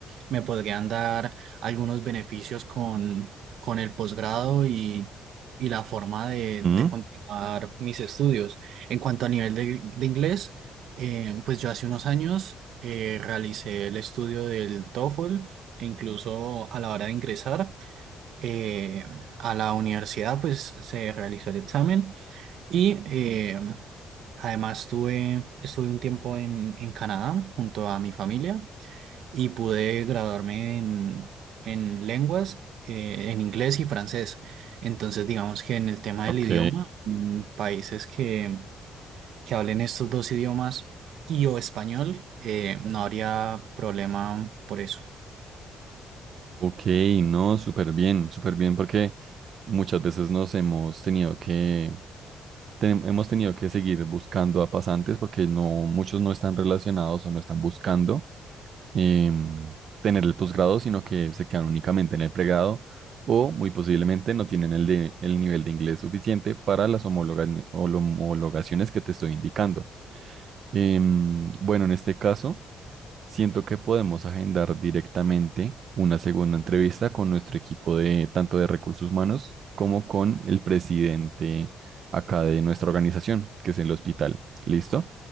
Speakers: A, on the right; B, on the right.
A: me podrían dar algunos beneficios con, con el posgrado y, y la forma de,
B: Ujú.
A: de continuar mis estudios. En cuanto a nivel de, de inglés, eh, pues yo hace unos años eh, realicé el estudio del TOEFL e incluso a la hora de ingresar eh, a la universidad, pues se realizó el examen. Y eh, además estuve, estuve un tiempo en, en Canadá junto a mi familia y pude graduarme en, en lenguas, eh, en inglés y francés. Entonces, digamos que en el tema
B: Ok,
A: del idioma, en países que, que hablen estos dos idiomas y o español, eh, no habría problema por eso.
B: ok, no, súper bien, súper bien, porque muchas veces nos hemos tenido que, te- hemos tenido que seguir buscando a pasantes porque no, muchos no están relacionados o no están buscando eh, tener el posgrado, sino que se quedan únicamente en el pregrado o muy posiblemente no tienen el, de- el nivel de inglés suficiente para las homologa- homologaciones que te estoy indicando. Em, bueno, en este caso... Siento que podemos agendar directamente una segunda entrevista con nuestro equipo de tanto de recursos humanos como con el presidente acá de nuestra organización, que es el hospital. ¿Listo?